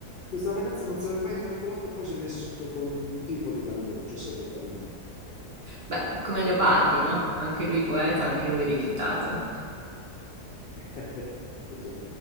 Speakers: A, on the left (about 80°); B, on the right (about 50°).
A: Questa ragazza non se l'è mai calcolata e poi si è messo con un tipo di là di Perugia, si è portato in America.
B: beh, come Leopardi, no? Anche lui poeta, anche lui rifiutato.
A: <laughs> Eh, Già.